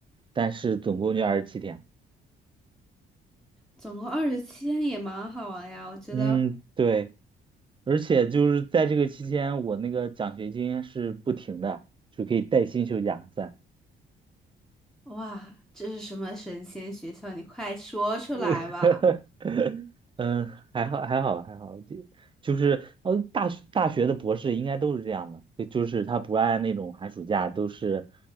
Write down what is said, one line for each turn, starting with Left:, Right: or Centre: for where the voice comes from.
Right: 但是总共就二十七天。
Centre: 总共二十七天也蛮好呀，我觉得。
Right: 嗯，对，而且就是在这个期间，我那个奖学金是不停的，就可以带薪休假在。
Centre: 哇，这是什么神仙学校？你快说出来吧！
Right: <laughs> 嗯，还好，还好，还好，就就是呃，大学大学的博士应该都是这样的，就就是他不按那种寒暑假，都是